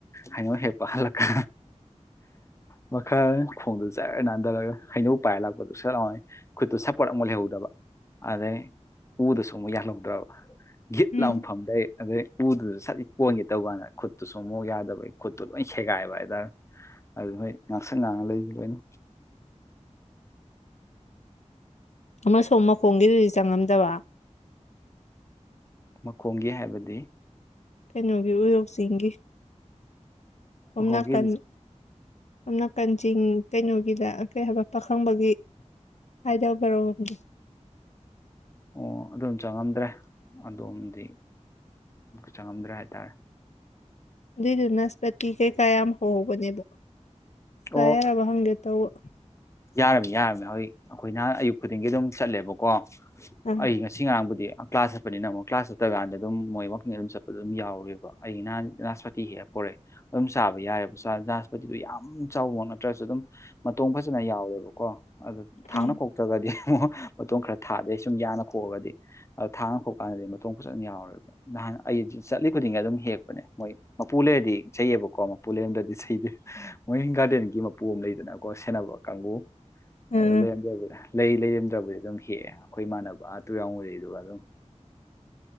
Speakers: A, on the left; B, on the left.
A: ꯍꯥꯏꯉꯣꯛ ꯍꯦꯛꯄ ꯍꯜꯂꯛꯀ ꯃꯈꯜ ꯈꯣꯡꯗꯨ ꯆꯖꯔꯒ ꯅꯥꯟꯊꯔꯒ ꯍꯩꯅꯧ ꯄꯥꯏꯔ ꯂꯥꯛꯄꯗꯨ ꯁꯠꯂꯅꯤ ꯈꯨꯠꯇꯨ ꯁꯞꯄꯣꯔꯠ ꯑꯃꯨꯛ ꯂꯩꯍꯧꯗꯕ ꯑꯗꯩ ꯎꯗꯁꯨ ꯑꯃꯨꯛ ꯌꯥꯜꯍꯧꯗ꯭ꯔꯕ ꯒꯤꯠ
B: ꯎꯝ
A: ꯂꯥꯡꯐꯝꯗꯒꯤꯩ ꯑꯗꯩ ꯎꯗꯨꯗꯁꯨ ꯁꯠꯤꯛ ꯀꯣꯟꯈꯤꯦ ꯇꯧ ꯀꯥꯟꯗ ꯈꯨꯠꯇꯨꯁꯨ ꯃꯣꯛ ꯌꯥꯗꯕꯩ ꯈꯨꯠꯇꯨ ꯂꯣꯏ ꯁꯦꯒꯥꯏꯕ ꯍꯥꯏꯇꯥꯔꯦ ꯑꯗꯨ ꯃꯣꯏ ꯉꯥꯛꯁꯪ ꯉꯥꯡꯉ ꯂꯩꯁ ꯂꯣꯏꯅ
B: ꯑꯃꯁꯨꯡꯝ ꯃꯈꯣꯡꯒꯤꯗꯨꯗꯤ ꯆꯪꯉꯝꯗꯕ
A: ꯃꯈꯣꯡꯒꯤ ꯍꯥꯏꯕꯗꯤ
B: ꯀꯩꯅꯣꯒꯤ ꯎꯌꯣꯛꯁꯤꯡꯒꯤ
A: ꯃꯈꯣꯡꯒꯤ
B: ꯑꯝꯅꯥꯀꯟ ꯑꯅ ꯀꯟꯖꯤꯡ ꯀꯩꯅꯣꯒꯤꯗ ꯀꯩ ꯍꯥꯏꯕ ꯄꯥꯈꯪꯕꯒꯤ ꯍꯥꯏꯗꯕꯔꯣꯝꯒ
A: ꯑꯣ ꯑꯗꯨꯝ ꯆꯪꯉꯝꯗ꯭ꯔꯦ ꯑꯗꯣꯝꯗꯤ ꯆꯪꯉꯝꯗ꯭ꯔꯦ ꯍꯥꯏ ꯇꯔꯦ
B: ꯑꯗꯨꯗꯨ ꯅꯁꯄꯇꯤ ꯀꯩ ꯀꯌꯥꯝ ꯍꯧꯕꯅꯦꯕ ꯁ
A: ꯑꯣ
B: ꯌꯥꯔꯕ ꯍꯪꯒꯦ ꯇꯧꯧꯕ
A: ꯌꯥꯔꯝꯃꯤ ꯌꯥꯔꯝꯃꯤ ꯑꯩꯣꯏ ꯑꯩꯈꯣꯏꯅꯍ ꯑꯌꯨꯛ ꯈꯨꯗꯤꯡꯒꯤ ꯑꯗꯨꯝ ꯆꯠꯂꯦꯕꯀꯣ
B: ꯑꯥ
A: ꯑꯩ ꯉꯁꯤ ꯉꯥꯡꯕꯨꯗꯤ ꯀ꯭ꯂꯥꯁ ꯆꯠꯄꯅꯤꯅ ꯑꯃꯨꯛ ꯀ꯭ꯂꯥꯁ ꯆꯠꯇꯀꯥꯟꯗ ꯑꯗꯨꯝ ꯃꯣꯏ ꯋꯀꯤꯡꯗ ꯑꯗꯨꯝ ꯆꯠꯄꯗ ꯑꯗꯨꯝ ꯌꯥꯎꯔꯦꯕ ꯑꯩꯒꯤꯍ ꯖꯅꯥꯁꯄꯇꯤ ꯍꯦꯛ ꯄꯣꯔꯛꯦ ꯑꯗꯨꯝ ꯆꯥꯕ ꯌꯥꯔꯦꯕ ꯖꯅꯥꯁꯄꯇꯤꯗꯨ ꯌꯥꯝ ꯆꯥꯎꯕ ꯅꯠꯇ꯭ꯔꯁꯨ ꯑꯗꯨꯝ ꯐꯖꯅ ꯌꯥꯎꯋꯦꯕꯀꯣ ꯑꯗꯨꯗꯣ ꯊꯥꯡꯅ
B: ꯎꯝ
A: ꯈꯣꯛꯇ꯭ꯔꯒꯗꯤ ꯑꯃꯨꯛ ꯃꯇꯣꯟ ꯈꯔ ꯊꯥꯗꯦ ꯁꯨꯝ ꯌꯥꯡꯅ ꯈꯣꯛꯑꯒꯗꯤ ꯑ ꯊꯥꯡ ꯈꯣꯛꯀꯥꯟꯗꯗꯤ ꯃꯇꯣꯡ ꯐꯖꯅ ꯌꯥꯎꯔꯦꯕ ꯅꯍꯥꯟ ꯑꯩ ꯆꯠꯂꯤ ꯈꯨꯗꯤꯡ ꯑꯗꯨꯝ ꯍꯦꯛꯄꯅꯦ ꯃꯣꯏ ꯃꯄꯨ ꯂꯩꯔꯗꯤ ꯆꯩꯩꯑꯕꯀꯣ ꯃꯄꯨ ꯂꯩꯔꯝꯗꯗꯤ ꯆꯩꯗꯦ ꯃꯣꯏ ꯒꯥꯔꯗꯦꯟꯒꯤ ꯃꯄꯨ ꯑꯃ ꯂꯩꯗꯅꯀꯣ ꯁꯦꯟꯅꯕ ꯀꯥꯡꯪꯕꯨꯨ
B: ꯎꯝ
A: ꯑꯗꯨꯂ ꯌꯦ ꯑꯗꯨꯦ ꯂꯩ ꯂꯩꯔꯝꯗ꯭ꯔꯕꯨꯗꯤ ꯑꯗꯨꯝ ꯍꯦꯛꯑꯦ ꯑꯩꯈꯣꯏ ꯏꯃꯥꯟꯅꯕ ꯑꯥꯇꯨ ꯌꯥꯎꯕꯗꯩꯗꯨꯒ ꯑꯗꯨꯝ